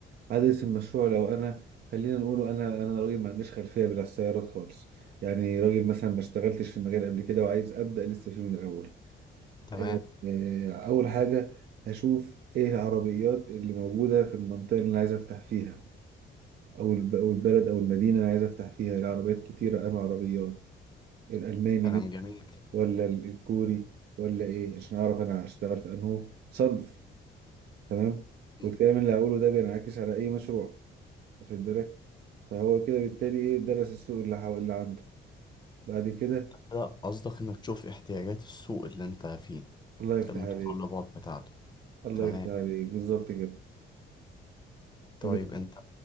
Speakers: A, on the right (about 55°); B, on the left (about 20°).
A: عدد المشروع لو انا خلينا نقوله انا انا راجل ما عنديش خلفيه بالسيارات خالص يعني راجل مثلا ما اشتغلتش في المجال قبل كده وعايز ابدا لسه فيه من الاول
B: تمام
A: آه، آه، اول حاجه هشوف ايه العربيات اللي موجوده في المنطقه اللي انا عايز افتح فيها او الب- أو البلد او المدينه اللي انا عايز افتح فيها العربيات كتيره انواع عربيات الالماني
B: كلام
A: من
B: جميل
A: ولا ال- الكوري ولا ايه عشان اعرف انا هشتغل في انه صنف تمام
B: م.
A: والكلام اللي هقوله ده بينعكس على اي مشروع واخد بالك فهو كده بالتالي ايه درس السوق اللي حو... اللي عنده بعد كده
B: لا قصدك انك تشوف احتياجات السوق اللي انت فيه
A: الله يفتح
B: المتطلبات
A: عليك
B: بتاعته
A: الله
B: تمام
A: يفتح عليك بالظبط كده
B: طيب
A: فبت...
B: انت